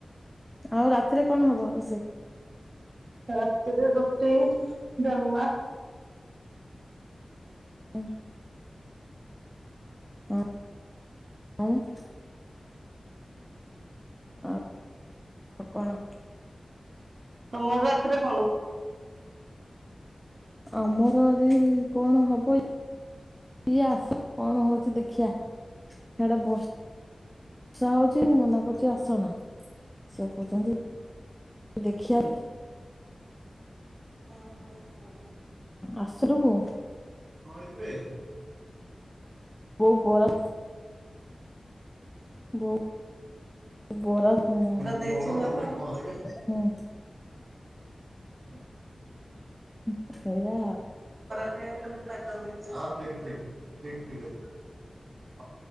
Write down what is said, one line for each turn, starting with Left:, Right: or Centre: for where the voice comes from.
Centre: ଆଉ ରାତିରେ କଣ ହବ ରୋଷେଇ
Right: ରାତିରେ ରୋଟି ଜଲମା
Centre: <inaudible> ହଁ। <inaudible> ଆ କ କଣ।
Right: ତମର ରାଥିରେ କଣ
Centre: ଆମର ଏଦ କଣ ହବ ଏ ଆସ କଣ ହଉଛି ଦେଖିବା। ସେଇଟା ବହୁସ୍ ଆଷା ହଉଛି ମୁଁ ମନା କରୁଛି ଆସନା ସେ କହୁଛନ୍ତି। ଦେଖିବା।
Right: ହ ହୋ ହୋ।
Centre: ଆସରୁ କୁ
Right: ହିବ
Centre: ବ ପରା ବୋଉ ବରା ହୁଁ
Right: ଦେଇ
Centre: ହୁଁ
Right: ହଁ।
Centre: <inaudible> ଇଦା
Right: ହଁ ଠିକ ଠିକ ଠିକ ଠିକ ଅଛି।